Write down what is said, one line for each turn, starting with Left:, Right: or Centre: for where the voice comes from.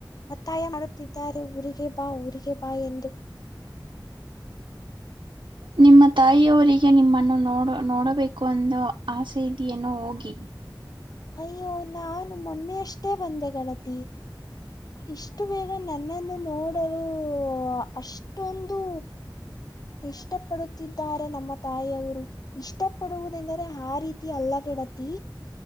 Left: ಒತ್ತಾಯ ಮಾಡುತ್ತಿದ್ದಾರೆ ಊರಿಗೆ ಬಾ ಊರಿಗೆ ಬಾ. ಬಾ ಎಂದು.
Right: ನಿಮ್ಮ ತಾಯಿಯವರಿಗೆ. ನಿಮ್ಮನ್ನು ನೋಡ ನೋಡಬೇಕು ಅಂದು ಆಸೆ ಇದೆನೋ ಹೋಗಿ.
Left: ಅಯ್ಯೋ ನಾನು ಮೊನ್ನೆ ಅಷ್ಟೇ ಬಂದೆ ಗೆಳತಿ. ಇಷ್ಟು ಬೇಗ ನನ್ನನ್ನು ನೋಡಲು ಅಷ್ಟೊಂದು. ಇಷ್ಟ ಪಡುತ್ತಿದ್ದಾರೆ ನಮ್ಮ ತಾಯಿಯವರು ಇಷ್ಟ ಪಡುವುದೆಂದರೆ ಆ ರೀತಿ. ಅಲ್ಲ ತಿ ಗೆಳತಿ.